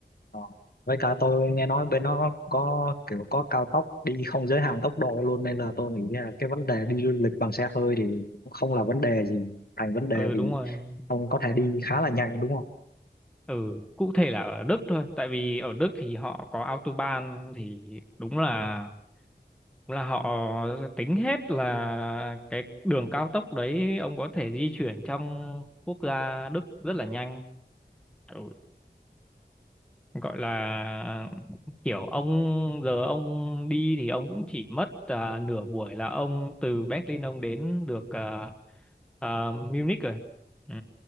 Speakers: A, on the left; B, in the centre.
A: Ờ. với cả tôi nghe nói bên nó có kiểu có cao tốc đi không giới hạn tốc độ luôn nên là tôi nghĩ là cái vấn đề đi du lịch bằng xe hơi thì cũng không là vấn đề gì thành vấn đề
B: ừ
A: vì
B: đúng rồi
A: ông có thể đi khá là nhanh đúng không
B: ừ cụ thể là ở Đức thôi tại vì ở Đức thì họ có autobahn thì đúng là đúng là họ tính hết là cái đường cao tốc đấy ông có thể di chuyển trong quốc gia Đức rất là nhanh ừ gọi là kiểu ông giờ ông đi thì ông cũng chỉ mất à, nửa buổi là ông từ Berlin ông đến được à, à, Munich rồi ừ.